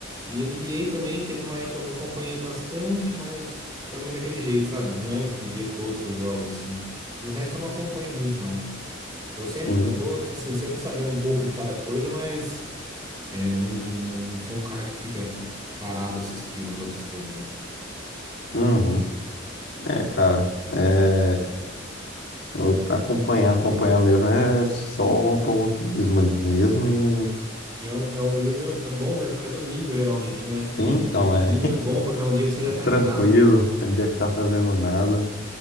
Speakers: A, on the right; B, on the left.
A: E NBA também teve uma época que eu acompanhei bastante, mas também daquele jeito, sabe? Não é de ver todos os jogos, assim. Do resto eu não acompanho muito, não. Eu sempre,
B: Sim.
A: eu tô, assim, sempre sabendo um pouco de cada coisa, mas é, não, não sou um cara que fica parado assistindo as outras coisas, não.
B: Uhum. É, cara. É, eu- acompanhar, acompanhar mesmo é só o automobilismo ali mesmo e.
A: E é, um- é um beleza, é bom, velho, porque é domingo geralmente, né? E
B: Sim, então
A: de domingo
B: é
A: é bom, porque é um dia que você
B: <laughs>
A: já tá
B: tranquilo,
A: em casa, né?
B: não dia que tá fazendo nada.